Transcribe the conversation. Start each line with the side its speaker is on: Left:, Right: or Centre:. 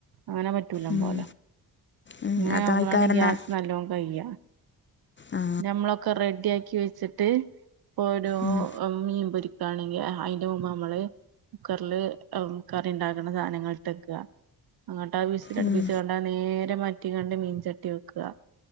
Right: അങ്ങനെ പറ്റൂല
Left: ഉം,
Right: പോലെ
Left: ഉം,
Right: ഇങ്ങനെ
Left: അതായി
Right: നമ്മളാണ്
Left: കാരണം
Right: ഗ്യാസ് നല്ലോണം കഴാ
Left: ആ
Right: ഞമ്മളൊക്കെ റെഡി ആക്കി വെച്ചിട്ട് ഓരോ
Left: ഉം,
Right: മീൻ പൊരി ഇപ്പാണെങ്കിൽ അയിന്റെ മുമ്പ് നമ്മള് കുക്കറില് കറി ഉണ്ടാക്കണ സാധനങ്ങൾ ഇട്ടെക്കുക. അങ്ങോട്ട് ആ ബീസിൽ അടുപ്പിച്ച
Left: ഉം,
Right: കണ്ട നേരെ മാറ്റി കണ്ട് മീൻ ചട്ടി വെക്കാ.